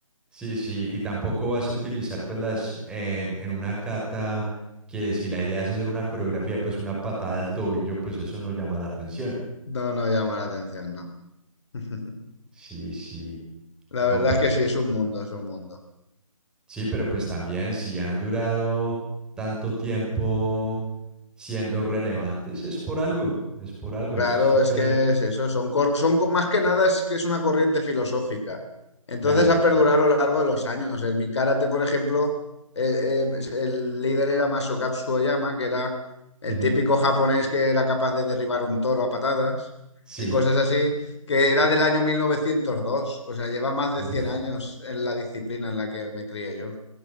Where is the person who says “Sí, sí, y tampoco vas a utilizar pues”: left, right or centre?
Centre